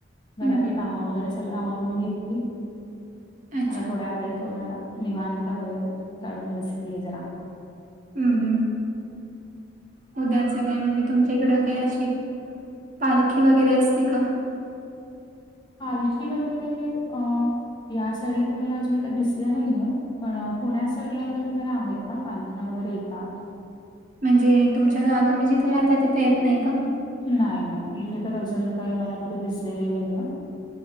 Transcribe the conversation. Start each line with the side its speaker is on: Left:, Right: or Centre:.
Right: हम्म
Left: घरातली
Right: हम्म
Left: कामं वगैरे सगळ आवरुन घेतली.
Right: अच्छा
Left: आता थोडा वेळ थोड्या- निवांता वेळ काढून बसलीय जरा.
Right: हम्! हम्! उद्याच काय म्हणजे तुमच्याकडं काय अशी पालखी वगैरे असते का?
Left: पालखी वगैरे अ या साईडला तर मला अजून काही दिसलं नाहीये.. पण पुण्या साईडला वगैरे जरा आहेत. ना पालख्या वगैरे येतात.
Right: म्हणजे तुमच्या गाव तुम्ही जिथे राहता तिथं येत नाही का?
Left: नाही नाही इथे तर अजून काही मला कधी दिसलेली नाही आहे.